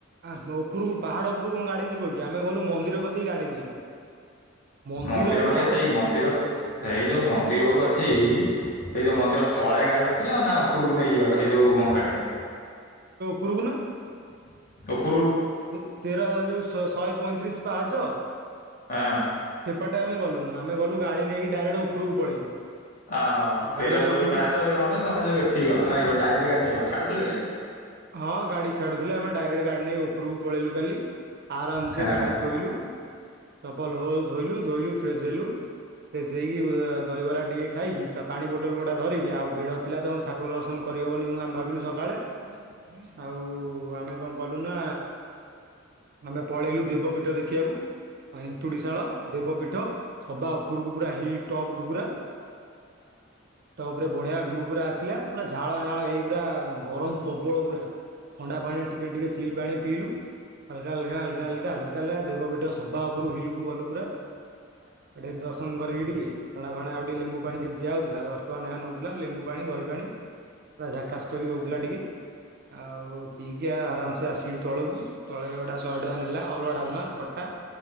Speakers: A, on the right; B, on the left.
A: ହଁ ଓପୁରୁକୁ ପାହାଡ଼ ଓପୁରୁ କଁ ଗାଡ଼ି ଯିବ କି? ଆମେ ଗଲୁ ମନ୍ଦିର କ ଇ ଗାଡ଼ି ନେଇକି। ମନ୍ଦିରରୁ
B: ମନ୍ଦିର କତିକି
A: ଆଉ
B: ସେଇ
A: ଗୋଟେ
B: ମନ୍ଦିର କ ସେଇ ଯୋଉ ମନ୍ଦିରକୁ ଅଛି ସେଇ ଯୋଉ ମନ୍ଦିର ତଳେ ଗାଡ଼ି ରଖିଲ ନାଁ ଓପୁରୁକୁ ନେଇକି ଗଲ? ଏଇ ଯୋଉ ବଙ୍କାଣିରେ
A: ପୁରୁକୁ ନାଁ।
B: <unintelligible>
A: ତେ ତେର ଯୋଉ ଶ ଶହେ ପଇଁତିରିଶ। ପାହାଚ
B: ହଁ,
A: ସେପଟେ ଆମେ ଗଲୁ ନୁ ଆମେ ଗଲୁ ଗାଡି ନେଇି ଡାଇରେକ୍ଟ ଉପରକୁ ପଳେଇଲୁ।
B: ଆହ
A: ଗାଡ଼ି
B: ତେରଶହ
A: ରଖିକି
B: ଯୋଉ ପାହାଚ ନହେନେ ତମେ ଯୋଉ ଏଠିକି ଗଲ ନାଁ ଗୋଟେ ଡାଇରେକ୍ଟ ଗାଡି ନେଇଗଲ ଛାଡୁଥିଲେ ଗାଡି?
A: ହଁ ଗାଡ଼ି ଛାଡୁଥିଲେ ଆମେ ଡାଇରେକ୍ଟ ଗାଡ଼ି ନେଇ ଉପୁରୁକୁ ପଳେଇଲୁ କାଲି। ଆରାମ୍
B: ଫାଷ୍ଟ
A: ସେ ଗାଡି ଥୋଇଲୁ। ଚପଲ ଫପଲ ଥୋଇଲୁ ଧୋଇଲୁ ଫ୍ରେଶ ହେଲୁ। ସେଇକି ଦହିବରା ଟିକେ ଖାଇକି ତା ପାଣି ବୋଟଲ ଗୁଡ଼ା ଧରିକି ଆଉ ଭିଡ଼ ଥିଲା ତ ଠାକୁର ଦର୍ଶନ କରିହେବନି ମୁଁ ଆମେ ଭାବିଲୁ ସକାଳେ ଆଉ ଆମେ କଣ କଲୁ ନା ଆମେ ପଳେଇଲୁ ଦେବପୀଠ ଦେଖିୟାକୁ। ଏନ୍ତୁଡ଼ିଶାଳ ଦେବପୀଠ ସବା ଉପରକୁ ପୁରା ହିଲ୍ ଟପ୍। କୁବୁରା ଟପ୍ ରେ ବଢିଆ ଭିୟୁ ପୁରା ଆସିଲା ପୁରା ଝା ଝାଳ ନାଳ ହେଇ ପୁରା ଗରମ ପ୍ର ବଳ ପୁରା। ଥଣ୍ଡା ପାଣି ଟିକେ ଟିକେ ଚିଲ୍ ପାଣି ପିଇଲୁ। ହାଲକା ହଲକା ହଲକା ହଲକା ହାଲକା ହଲକା ଦେବପୀଠ ସଭବା ଉପରୁ ହିଲ୍ କୁ ଗଲୁ ପୁରା। ହେଠିକି ଦର୍ଶନ କରିକି ଟିକେ ଥଣ୍ଡା ଥଣ୍ଡା ଆଉ ଟିକିେ ଲେମ୍ବୁ ପାଣି ଯେ ଦିଆହଉଥିଲା। ର ଟଙ୍କା ଲେଖା ନେଉଥିଲା ଲେମ୍ବୁ ପାଣି ଦହି ପାଣି, ପୁରା ଝାକାସ୍ କରି ଦଉଥିଲା ଟିକେ। ଆଉ ପିଇକି ଆରାମସେ ଆସିଲୁ ତଳକୁ। ତଳେ ଗୁଟା ଶହେ ଟଙ୍କା ନେଲା, ଅରୁଆ, ଡାଲମା, ଖଟା